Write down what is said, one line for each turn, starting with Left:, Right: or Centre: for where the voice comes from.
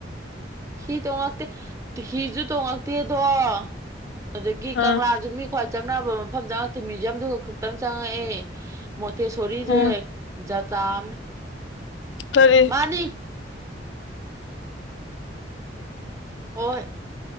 Right: ꯍꯤ ꯇꯣꯡꯉꯛꯇꯦ ꯍꯤꯁꯨ ꯇꯣꯡꯉꯛꯇꯦꯗꯣ <inaudible> ꯑꯗꯒꯤ
Left: ꯑꯥ
Right: ꯀꯪꯂꯁꯨ ꯃꯤ ꯈ꯭ꯋꯥꯏ ꯆꯪꯅꯕ ꯃꯐꯝ ꯆꯪꯉꯛꯇꯦ ꯃ꯭ꯌꯨꯖꯝ ꯗꯨ ꯈꯛꯇꯪ ꯆꯪꯉꯛꯑꯦ ꯃꯣꯇꯦꯁꯣꯔꯤꯁꯦ
Left: ꯎꯝ
Right: ꯖꯇꯥ ꯑꯝꯅꯤ
Left: ꯀꯔꯤ
Right: ꯃꯥꯅꯤ ꯑꯣꯏ